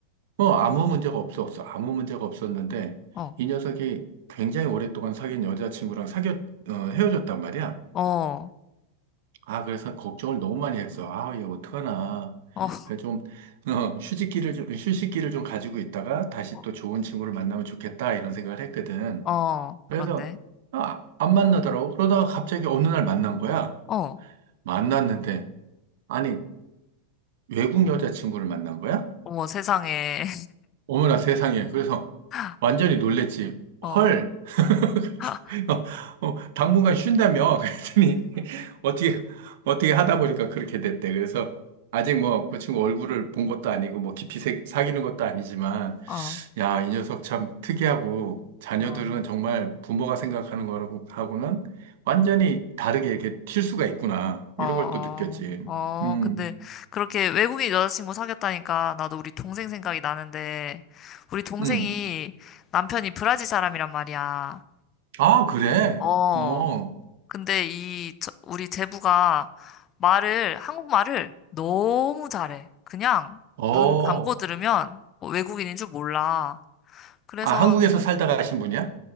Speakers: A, on the right; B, on the left.
A: 뭐 아무 문제가 없었어. 아무 문제가 없었는데
B: 어,
A: 이 녀석이 굉장히 오랫동안 사귄 여자친구랑 사귀었, 어, 헤어졌단 말이야.
B: 어, 어,
A: 아, 그래서 걱정을 너무 많이 했어. 아, 얘 어떡하나.
B: <laughs>
A: 그래서 좀 어, 휴식기를 좀 휴식기를 좀 가지고 있다가 다시
B: 어,
A: 또 좋은 친구를 만나면 좋겠다 이런 생각을 했거든.
B: 어,
A: 그래서
B: 그런데,
A: 아, 안 만나더라고. 그러다가 갑자기 어느 날 만난 거야.
B: 어,
A: 만났는데 아니 외국 여자친구를 만난 거야?
B: 어머 세상에,
A: 어머나 세상에. 그래서
B: <laughs>
A: 완전히 놀랬지.
B: 어,
A: 헐. 그래서
B: <laughs>
A: 어, 어, 당분간 쉰다며 그랬더니 <laughs> 어떻게 어떻게 하다 보니까 그렇게 됐대. 그래서 아직 뭐 그 친구 얼굴을 본 것도 아니고 뭐 깊이 새- 사귀는 것도 아니지만
B: 어.
A: 야, 이 녀석 참 특이하고 자녀들은
B: 어,
A: 정말 부모가 생각하는 거라고 하고는 완전히 다르게 이렇게 튈 수가 있구나.
B: 어,
A: 이런 걸 또 느꼈지.
B: 어,
A: 음.
B: 근데 그렇게 외국인 여자친구 사귀었다니까 나도 우리 동생 생각이 나는데 우리 동생이
A: 음.
B: 남편이 브라질 사람이란 말이야.
A: 아, 그래.
B: 어,
A: 어.
B: 근데 이 저- 우리 제부가 말을 한국말을 너무 잘해. 그냥
A: 어.
B: 눈 감고 들으면 뭐 외국인인 줄 몰라. 그래서
A: 아, 한국에서 살다가 가신 분이야?